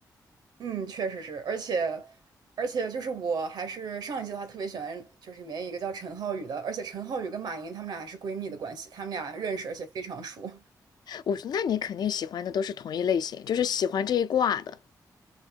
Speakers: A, on the right (about 75°); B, on the left (about 70°).
A: 嗯，确实是，而且而且就是我还是上一季的话特别喜欢，就是里面一个叫陈浩宇的，而且陈浩宇跟马云他们俩还是闺蜜的关系，他们俩认识而且非常熟。
B: 我说，那你肯定喜欢的都是同一类型，就是喜欢这一挂的。